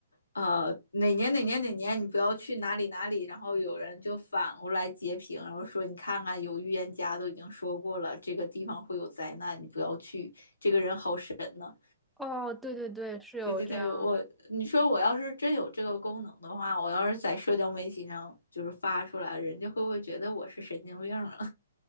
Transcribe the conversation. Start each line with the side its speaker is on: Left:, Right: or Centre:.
Left: 呃，哪年哪年哪年你不要去哪里哪里，然后有人就反过来截屏，然后说你看看有预言家都已经说过了，这个地方会有灾难，你不要去，这个人好神呢。
Centre: 哦，对对对，是有这样
Left: 对对对，我你说我要是真有这个功能的话，我要是在社交媒体上就是发出来，人家会不会觉得我是神经病了？